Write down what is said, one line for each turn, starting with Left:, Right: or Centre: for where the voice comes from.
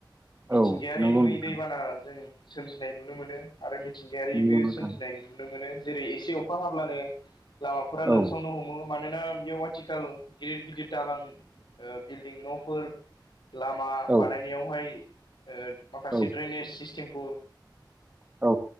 Left: मिथिंगायारि
Right: औ नंगौ
Left: नङै
Right: नोंथां
Left: दैबाना जों सोमजिनाय नुनो मोनो। आरो मिथिंगायारिबो
Right: नंगौ नोंथां
Left: सोमजिनाय नुनो मोनो जेरै एसे अखा हाब्लानो लामाफोरा लोमसावनो
Right: औ
Left: हमो मानोना बेयाव आथिखाल गिदिर- गिदिर दालान ओ बिल्डिं नफोर लामा
Right: औ
Left: बानायनायावहाय ओ माखासे
Right: औ
Left: दड्रेनेज सिस्टेमखौ
Right: औ